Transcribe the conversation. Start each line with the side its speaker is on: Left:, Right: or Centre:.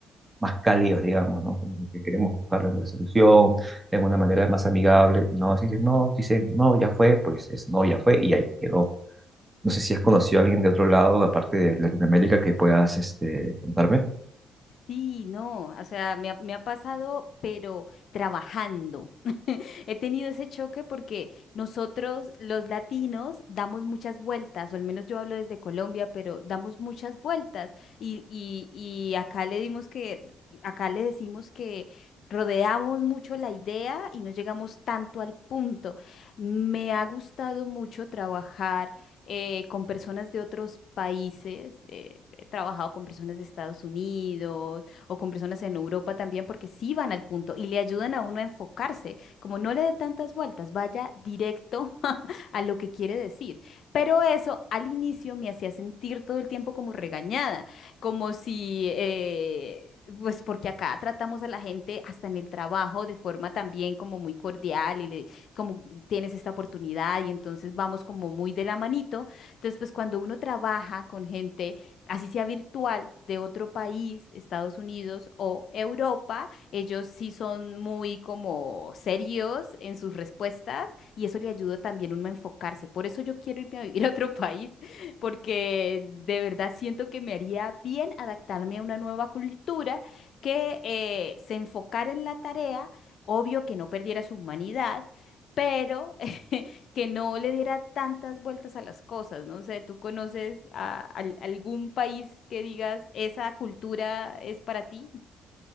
Right: más cálidos, digamos, ¿no? Como que queremos buscar la solución de una manera más amigable. No, si dicen no, dicen no, ya fue, pues es no, ya fue, y ahí quedó. No sé si has conocido
Left: ujú.
Right: a alguien de otro lado, aparte de Latinoamérica, que puedas, este, contarme.
Left: Sí, no, o sea, me ha, me ha pasado, pero trabajando. He tenido ese choque porque nosotros los latinos damos muchas vueltas, o al menos yo hablo desde Colombia, pero damos muchas vueltas y, y, y acá le dimos que, acá le decimos que rodeamos mucho la idea y no llegamos tanto al punto. Me ha gustado mucho trabajar eh, con personas de otros países, eh, he trabajado con personas de Estados Unidos o con personas en Europa también porque sí van al punto y le ayudan a uno a enfocarse como no le dé tantas vueltas, vaya directo <laughs> a lo que quiere decir. Pero eso al inicio me hacía sentir todo el tiempo como regañada, como si... eh, Pues porque acá tratamos a la gente hasta en el trabajo de forma también como muy cordial y le, como tienes esta oportunidad y entonces vamos como muy de la manito. Entonces, pues cuando uno trabaja con gente, así sea virtual, de otro país, Estados Unidos o Europa, ellos sí son muy como serios en sus respuestas y eso le ayuda también uno a enfocarse. Por eso yo quiero irme a vivir a otro país, porque de verdad siento que me haría bien adaptarme a una nueva cultura que eh, se enfocara en la tarea, obvio que no perdiera su humanidad, pero <laughs> que no le diera tantas vueltas a las cosas. No sé, ¿tú conoces a, al- algún país que digas esa cultura es para ti?